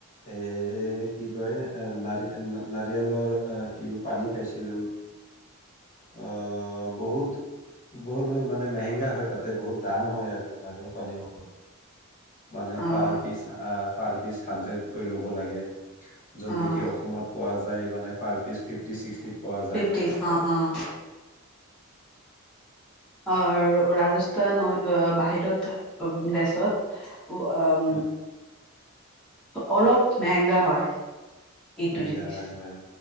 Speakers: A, on the left (about 35°); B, in the centre.
A: এ সেই কি কয় নাৰ নাৰিয়লৰ কি পানী খাইছিলো। অ', বহুত বহুত মানে মেহেংগা হয় তাতে বহুত দাম হয় আৰু নাৰিয়ল পানীবোৰ। মানে
B: অ',
A: পাৰ্ক অ', পাৰ পিচ হাড্ৰেডকৈ ল'ব লাগে। য'ত
B: অ',
A: নেকি অসমত পোৱা য যায় মানে পাৰ পিচ ফিফটি ছিক্সটিত পোৱা যায়
B: ফিফটি অ', অ'। অ', ৰাজস্থান বাহিৰত দেশত উ, অ'।
A: হয়
B: অলপ মেহেংগা হয়। এইটো
A: মেহেংগা
B: জিনছ
A: হয় হয়